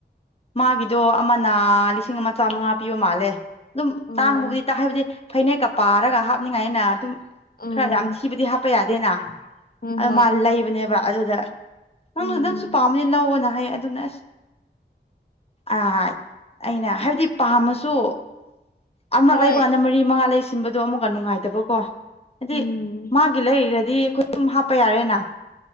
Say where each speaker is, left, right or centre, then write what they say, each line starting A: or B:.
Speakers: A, on the left; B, on the left.
A: ꯃꯥꯒꯤꯗꯣ ꯑꯃꯅ ꯂꯤꯁꯤꯡ ꯑꯃ ꯆꯥꯝꯃꯉꯥ ꯄꯤꯕ ꯃꯥꯜꯂꯦ ꯑꯗꯨꯝ
B: ꯑꯣ
A: ꯇꯥꯡꯕꯕꯨꯗꯤ ꯇ ꯍꯥꯏꯕꯗꯤ ꯐꯅꯦꯛꯀ ꯄꯥꯔꯒ ꯍꯥꯞꯅꯤꯡꯉꯥꯏꯅ ꯑꯗꯨꯝ
B: ꯑꯣ
A: ꯈꯔ ꯌꯥꯝ ꯊꯤꯕꯗꯤ ꯍꯥꯞꯄ ꯌꯥꯗꯦꯅ
B: ꯍꯣꯏ
A: ꯑꯗꯨ
B: ꯍꯣꯏ
A: ꯃꯥ ꯂꯩꯕꯅꯦꯕ ꯑꯗꯨꯗ ꯅꯪꯅ
B: ꯎꯝ
A: ꯅꯪꯁꯨ ꯄꯥꯝꯃꯗꯤ ꯂꯧꯌꯣꯅ ꯍꯥꯏꯌꯦ ꯑꯗꯨꯅ ꯑꯁ ꯑ ꯑꯩꯅ ꯍꯥꯏꯕꯗꯤ ꯄꯥꯝꯃꯁꯨ ꯑꯃꯔꯛ
B: ꯍꯣꯏ
A: ꯂꯩꯕ ꯀꯥꯟꯗ ꯃꯔꯤ ꯃꯉꯥ ꯂꯩꯁꯤꯟꯕꯗꯣ ꯑꯃꯨꯛꯀ ꯅꯨꯡꯉꯥꯏꯇꯕꯀꯣ ꯍꯥꯏꯗꯤ
B: ꯎꯝ
A: ꯃꯥ ꯒꯤ ꯂꯩꯔꯗꯤ ꯑꯈꯣꯏ ꯑꯗꯨꯝ ꯍꯥꯞꯄ ꯌꯥꯔꯦꯅ